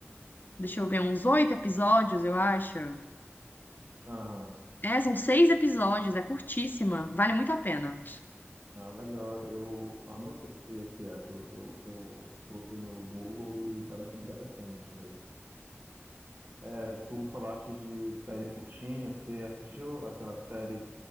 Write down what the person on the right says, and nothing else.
Aham.
Ah, legal. Eu anotei aqui essa. Eu, eu, eu coloquei no Google e parece interessante mesmo. É, tu falaste de série curtinha. Você assistiu aquela série